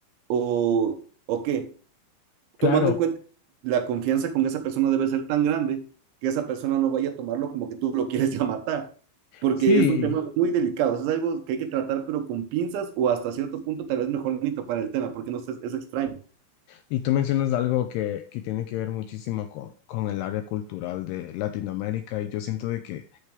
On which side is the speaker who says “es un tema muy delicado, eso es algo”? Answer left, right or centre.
Right